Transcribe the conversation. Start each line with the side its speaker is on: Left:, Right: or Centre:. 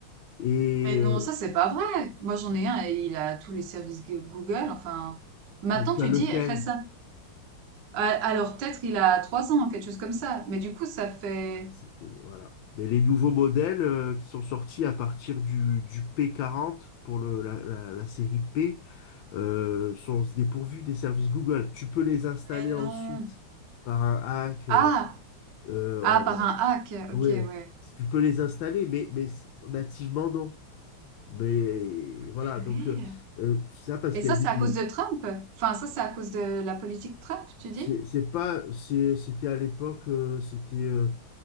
Left: Et
Right: Mais
Left: euh,
Right: non, ça c'est pas vrai. Moi j'en ai un et il a tous les services Gu- Google. Enfin, maintenant
Left: et tu
Right: tu
Left: as lequel?
Right: dis récent. Ah, Alors peut-être il a trois ans, quelque chose comme ça. Mais du coup ça fait.
Left: Bah, C'était, voilà. Mais les nouveaux modèles euh, qui sont sortis à partir du, du P40 pour le, la, la- la série P euh, sont dépourvus des services Google. Tu peux les installer
Right: Mais
Left: ensuite
Right: non.
Left: par un hack.
Right: Ah,
Left: euh, euh,
Right: ah
Left: en-
Right: par un hack.
Left: Ouais,
Right: Ok, ouais.
Left: tu peux les installer, mais, mais c'est- nativement, non. Mais voilà,
Right: Purée.
Left: donc euh, euh, ça parce
Right: Et
Left: qu'il
Right: ça
Left: y avait
Right: c'est
Left: des...
Right: à cause de Trump. Enfin ça c'est à cause de la politique Trump, tu
Left: C'est
Right: dis?
Left: c'est pas... c'est- C'était à l'époque, euh, c'était... euh,